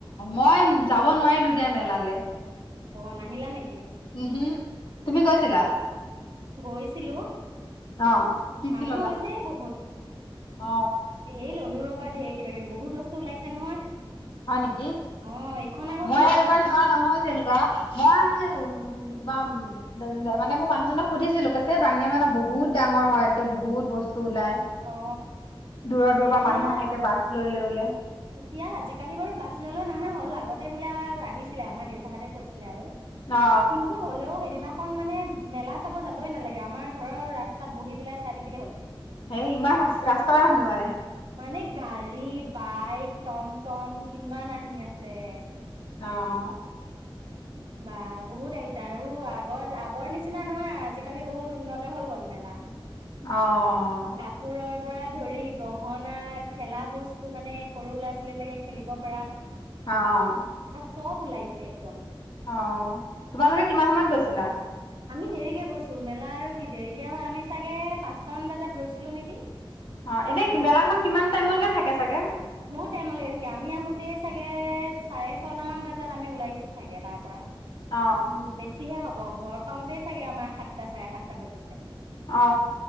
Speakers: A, on the left; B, on the right.
A: মই যাব নোৱাৰিলো দিয়া মেলালে।
B: অ নাহিলা নেক?
A: উম হু, তুমি গৈছিলা?
B: গৈছিলো
A: অ কি
B: মানুহ
A: কি ললা
B: হৈছে বহুত।
A: অ
B: এ ললো ৰ বা ঢেৰ কিবা কিবি বহুত বস্তু ওলাইছে নহয়
A: হয় নেকি?
B: অ এইখন আকৌ
A: মই
B: মেলা
A: এইবাৰ যোৱা নহ'ল যেনিবা মই এই উম্ কিবা উ অম মানে মই মানুহজনক সুধিছিলো কৈছে বাঙে মানে বহুত ডাঙৰ হয় একে বহুত বস্তু ওলাই,
B: অ
A: দূৰৰ দূৰৰ
B: এতিয়া
A: পৰা মানুহ আহেগে বাছ লৈ লৈ ল'
B: এতিয়া আজিকালি বাৰু বাছ লৈ লৈ নহা হ'ল আগ আগতে বোলা আহিছিলে আমাৰ দেউতাহঁতে কৈছিলে আৰু
A: অ
B: কিন্তু হ'লেও সেইদিনাখন মানে মেলা চাব যাবই নালাগে আমাৰ ঘৰৰ ৰাস্তাত বহি পেলাই চাই থাকিলে হ'ল।
A: হেই ইমান ৰা ৰাস্তাই হানু মানে,
B: মানে গাড়ী, বাইক টম টম কিমান আহি আছে।
A: অ'
B: বা বহুত আহিছে আৰু আগৰ আগৰ নিচিনা নহয় আজিকালি বহুত উন্নত হৈ গ'ল মেলা।
A: অ'
B: কাপোৰৰ পৰা ধৰি গহনা খেলা বস্তু মানে সৰু ল'ৰা ছোৱালী বিলাকে খেলিব পাৰা।
A: অ'
B: চব ওলাইছে একদম।
A: অ। তোমালোকে কিমান সময়ত গৈছি ছিলা।
B: আমি দেৰিকে গৈছো মেলা আৰু কি দেৰিকে হয়, আমি চাগে পাঁচটা মান বজাত গৈছিলো নেকি!
A: অ' এনে
B: আহোত
A: মেলাখন কিমান টাইমলৈকে থা কে চাগে
B: বহুত টাইম লৈকে থাকে, আমি আহোতেই চাগে চাৰে ছটামান বজাত আমি ওলাইছো চাগে তাৰ পৰা,
A: অ
B: উম বেছিহে হ'ব ঘৰ পাওঁতেই চাগে আমাৰ সাতটা, চাৰে সাতটা বাজিছে।
A: অ অ